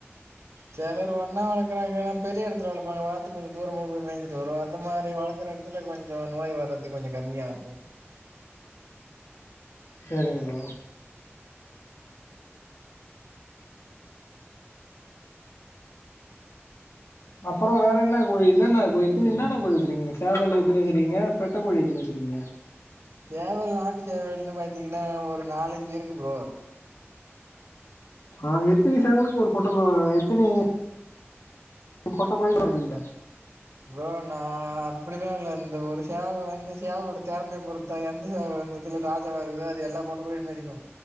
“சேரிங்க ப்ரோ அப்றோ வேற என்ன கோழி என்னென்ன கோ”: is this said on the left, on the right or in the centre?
Left